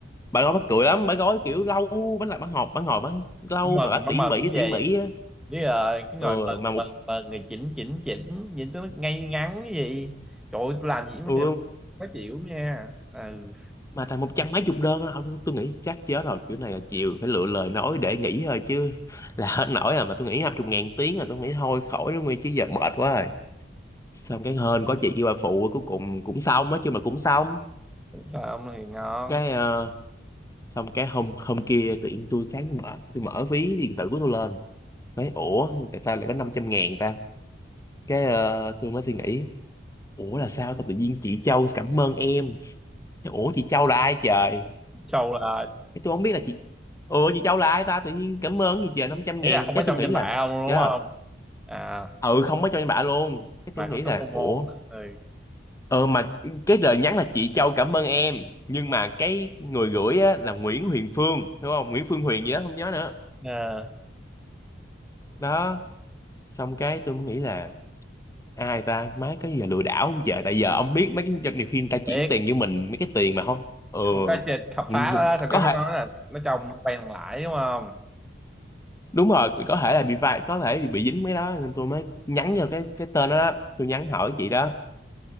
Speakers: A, on the left; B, in the centre.
A: bà gói mắc cười lắm bà gói kiểu lâu bà làm bà ngọt bà ngồi bánh lâu
B: mừng
A: mà bà tỉ
B: má mừng
A: mỉ tỉ
B: cái
A: mỉ
B: gì
A: á
B: biết rồi cái
A: ừ,
B: ngồi mừng
A: mà một
B: mừng mừng người chỉnh chỉnh chỉnh nhìn cho nó ngay ngắn cái gì trời ơi, tôi làm gì với mấy
A: ừ,
B: người đó khó chịu lắm nha ừ
A: mà tầm một trăm mấy chục đơn đó, tôi nghĩ chắc chết rồi kiểu này là chịu phải lựa lời nói để nghỉ thôi chứ <laughs> là hết nổi rồi mà tôi nghĩ năm chục ngàn tiếng là tôi nghĩ thôi khỏi đó nguyên chứ giờ mệt quá rồi xong cái hên có chị kia bà phụ cuối cùng cũng xong nói chứ mà cũng xong
B: Xong thì ngon
A: cái ờ, xong cái hôm hôm kia tự nhiên tôi sáng tôi mở tôi mở ví điện tử của tôi lên nói ủa tại sao lại có năm trăm ngàn ta cái ờ, tôi mới suy nghĩ ủa là sao ta tự nhiên chị Châu cảm ơn em ủa chị Châu là ai trời
B: trâu là
A: cái tôi không biết là chị ừ chị Châu là ai ta tự nhiên cảm ơn gì trời 500
B: ý
A: ngàn
B: là không
A: cái
B: có trong
A: tôi nghĩ
B: danh
A: là
B: bạ ông đúng
A: trời
B: không
A: ơi,
B: à
A: ừ không có cho em bả luôn cái
B: mà
A: tôi nghĩ
B: có số
A: là
B: Momo
A: ủa
B: thì
A: ờ mà cái lời nhắn là chị Châu cảm ơn em nhưng mà cái người gửi á, là Nguyễn Huyền Phương đúng không Nguyễn Phương Huyền gì đó không nhớ nữa
B: à,
A: đó xong cái tôi mới nghĩ là ai ta má cái gì là lừa đảo không trời tại giờ ông biết mấy cái nhiều khi người ta chuyển
B: tiếc
A: tiền với mình mấy cái tiền mà không ừ
B: không có chơi khám
A: ừ,
B: phá á thật
A: có
B: ra nó
A: thể
B: nói là nó trồng quen thằng lãi đúng không
A: đúng rồi có thể là bị vai có thể bị, bị dính mấy đó nên tôi mới nhắn vô cái cái tên đó, đó. tôi nhắn hỏi chị đó